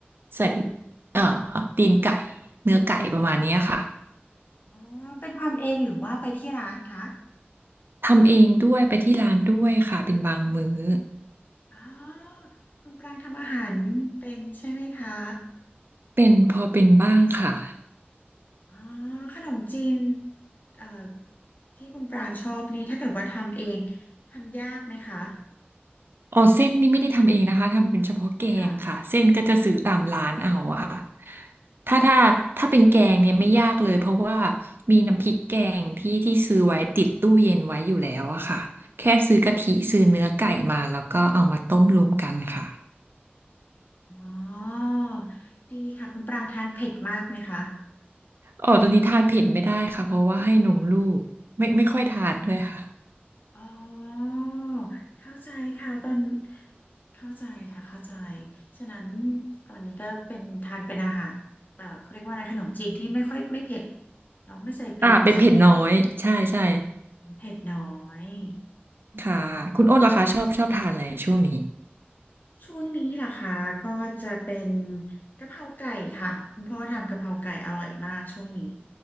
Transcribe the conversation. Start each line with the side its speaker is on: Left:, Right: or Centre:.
Right: ใส่เอ่อตีนไก่เนื้อไก่ประมาณเนี้ยค่ะ
Left: อ๋อเป็นทำเองหรือว่าไปที่ร้านคะ
Right: ทำเองด้วยไปที่ร้านด้วยค่ะเป็นบางมื้อ
Left: อ๋อคุณปรางทำอาหารเป็นใช่ไหมคะ
Right: เป็นพอเป็นบ้างค่ะ
Left: อ๋อขนมจีนเอ่อที่คุณปรางชอบนี่ถ้าเกิดว่าทำเองทำยากไหมคะ
Right: อ๋อเส้นนี่ไม่ได้ทำเองนะคะทำเป็นเฉพาะแกงค่ะเส้นก็จะซื้อตามร้านเอาอะค่ะ
Left: ค่ะ
Right: ถ้าถ้าถ้าเป็นแกงเนี่ยไม่ยากเลยเพราะว่ามีน้ำพริกแกงที่ที่ซื้อไว้ติดตู้เย็นไว้อยู่แล้วอะค่ะแค่ซื้อกะทิซื้อเนื้อไก่มาแล้วก็เอามาต้มรวมกันค่ะ
Left: อ๋อดีค่ะคุณปรางทานเผ็ดมากไหมคะ
Right: อ๋อตอนนี้ทานเผ็ดไม่ได้ค่ะเพราะว่าให้นมลูกไม่ไม่ค่อยทานด้วยค่ะ
Left: อ๋อเข้าใจค่ะตอนเข้าใจค่ะเข้าใจฉะนั้นตอนนี้ก็เป็นทานเป็นอาหารเอ่อเขาเรียกว่าอะไรขนมจีนที่ไม่ค่อยไม่เผ็ดเนาะไม่ใส่พริกใช่ไหมคะ
Right: อ่าเป็นเผ็ดน้อยใช่ใช่
Left: เป็นเผ็ดน้อย
Right: ค่ะคุณอ้นล่ะคะชอบชอบทานอะไรช่วงนี้
Left: อ๋อช่วงนี้ล่ะคะก็จะเป็นกะเพราไก่ค่ะคุณพ่อทำกะเพราไก่อร่อยมากช่วงนี้